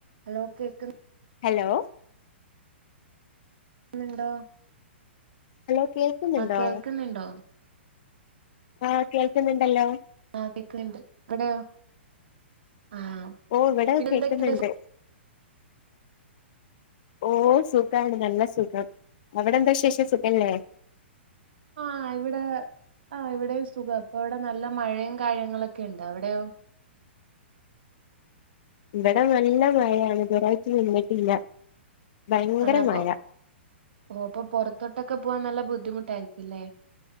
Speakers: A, on the right (about 60°); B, on the left (about 45°).
A: Hello കേക്ക്ന്ന
B: hello
A: ക്ക്ന്ന്ണ്ടോ?
B: Hello കേൾക്കുന്നുണ്ടോ?
A: കേൾക്കുന്നുണ്ടോ
B: ആഹ് കേൾക്കന്നണ്ടല്ലോ
A: ആഹ് കേക്ക്ണ്ട് ഇവിടെയോ ആഹ്
B: ഓ ഇവിടെ
A: പിന്നെ
B: കേക്ക്ന്ന്ണ്ട്
A: എന്തൊക്കെയുണ്ട്
B: ഓ സുഖാണ് നല്ല സുഖം അവിടെ എന്താശേഷം സുഖല്ലേ?
A: ആഹ് ഇവിടെ ആഹ് ഇവിടെയും സുഖം അപ്പൊ ഇവിടെ നല്ല മഴയും കാര്യങ്ങളൊക്കെ ഇണ്ട്. അവിടെയോ?
B: ഇവിടെ നല്ല മഴയാണ് ഇതുവരയിട്ട് നിന്നിട്ടില്ല ഭയങ്കര
A: ആണ അപ്പൊ
B: മഴ
A: ഓ അപ്പൊ പുറത്തോട്ടൊക്കെ പോവാൻ നല്ല ബുദ്ധിമുട്ടായിരിക്കില്ലേ?